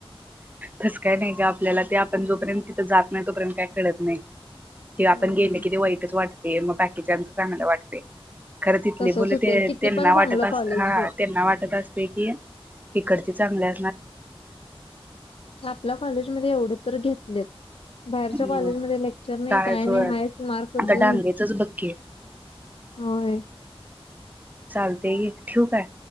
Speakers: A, on the right; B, on the left.
A: फसकाय नाही का आपल्याला ते आपण जोपर्यंत तिथं जात नाही तोपर्यंत काय कळत नाही ते आपण
B: होय.
A: गेले कि ते वाईटच वाटत ते मग बाकीच्यांत चांगला वाटते खरं तिथले
B: तसंच
A: बोोल
B: होतंय
A: ते
B: किती
A: त्यांना
B: पण
A: वाटत
B: चांगलं
A: अस
B: कॉलेज
A: हा
B: घे
A: त्यांना वाटत असते की ते करते चांग ना
B: आपल्या कॉलेजमध्येध्ये एवढे तर घेत ले बाहेरच्या
A: हम्म
B: कॉलेजमध्येध्ये लेक्चर नाही
A: कायच
B: काय
A: होय
B: नाही हायट मार्क
A: आता
B: देऊन
A: डांगेचच बघ की
B: होय
A: चाल ते ठूक आहे